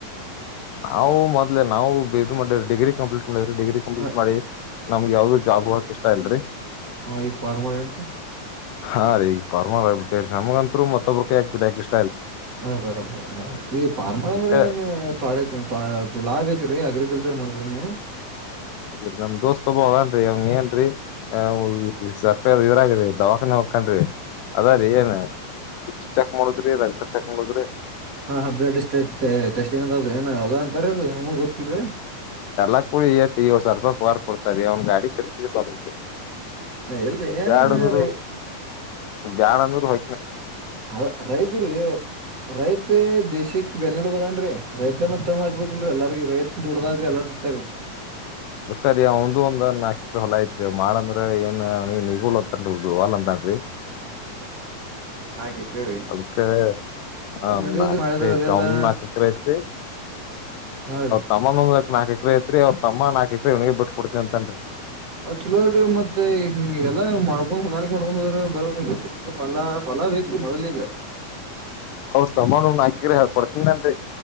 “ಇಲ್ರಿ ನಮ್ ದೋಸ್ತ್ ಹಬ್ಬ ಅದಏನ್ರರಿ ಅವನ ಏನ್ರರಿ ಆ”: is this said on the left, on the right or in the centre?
Left